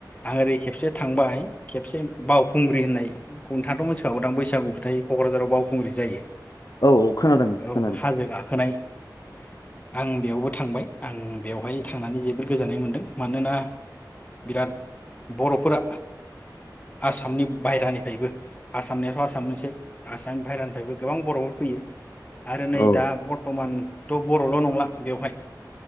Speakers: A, on the left; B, on the left.
A: आं ओरै खेबसे थांबाहाय खेबसे बावखुंग्रि होननाय खुंथाङाथ' मोनथिखागौदां बैसागु फोथायो क'क्राझाराव बावखुंग्रि जायो
B: औ औ खोनादों
A: औ
B: खोनादों
A: हाजो गाखोनाय आं बेयावबो थांबाय आं बेवहाय थांनानै जोबोद गोजोननाय मोनदों मानोना बिराद बर'फोरा आसामनि बाहेरानिफ्रायबो आसामनियाथ' आसामनिसै आसाम बाहेरानिफ्रायबो गोबां बर'फोर फैयो आरो नै
B: औ
A: दा बरटमान ट' बर'ल' नंला बेवहाय